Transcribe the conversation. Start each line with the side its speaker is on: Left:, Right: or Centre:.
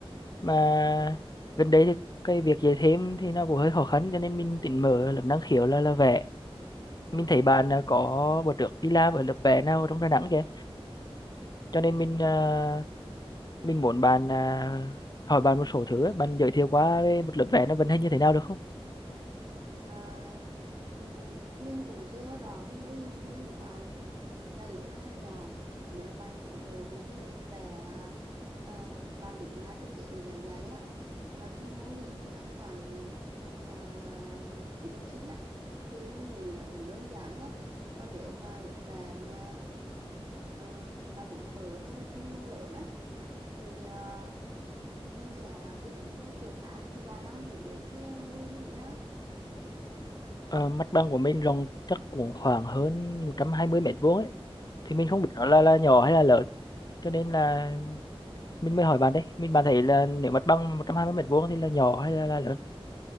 Left: mà
Right: ừ,
Left: gần đây thì cái việc dạy thêm thì nó cũng hơi khó khăn cho nên mình tính mở lớp năng khiếu là là vẽ mình
Right: ừ,
Left: thấy bạn à, có bữa trước đi làm ở lớp vẽ nào ở trong Đà Nẵng kìa cho nên
Right: ừ.
Left: mình à, mình muốn bạn à, hỏi bạn một số thứ ấy. bạn giới thiệu qua về một lớp vẽ nó vận hành như thế nào được không
Right: Ờ, ừ, mình cũng chưa rõ cái mô hình kinh doanh của bạn là lớn hay là nhỏ. Nếu mà bạn muốn mở một cái lớp vẽ ờ, bạn đứng ra trực tiếp để giảng dạy á mà cái mô hình tầm khoảng uh, ít học sinh á thì mình nghĩ nó cũng đơn giản thôi. Còn nếu mà lớp vẽ mà ờ, bạn muốn mở theo quy mô lớn á thì ờ, mình sẽ tư vấn theo kiểu khác thì bạn đang hướng đến kia mô hình như thế nào?
Left: Ờ, mặt bằng của mình rộng chắc cũng khoảng hơn 120 mét vuông ấy thì mình không biết nó là là nhỏ hay là lớn cho nên là mình mới hỏi bạn đấy mình bạn thấy là nếu mặt bằng 120 mét vuông thì là nhỏ hay là, là lớn